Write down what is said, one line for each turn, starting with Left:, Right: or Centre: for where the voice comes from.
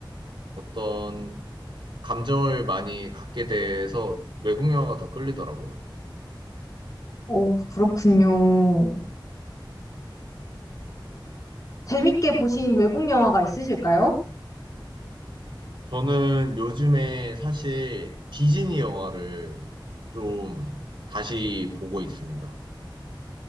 Right: 어떤 감정을 많이 갖게 돼서 외국 영화가 더 끌리더라고요.
Left: 오, 그렇군요. 재밌게 보신 외국 영화가 있으실까요?
Right: 저는 요즘에 사실 디즈니 영화를 좀 다시 보고 있습니다.